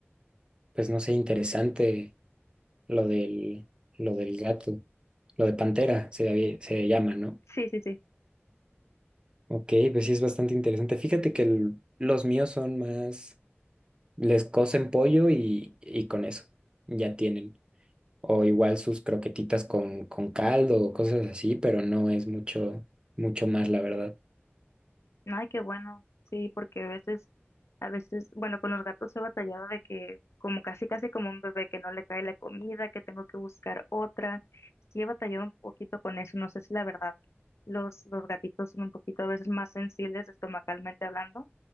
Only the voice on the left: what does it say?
Sí, sí, sí.
Ay, qué bueno, sí, porque a veces, a veces, bueno, con los gatos he batallado de que como casi, casi como un bebé que no le cae la comida, que tengo que buscar otra. Sí he batallado un poquito con eso, no sé si la verdad, los, los gatitos son un poquito a veces más sensibles estomacalmente hablando,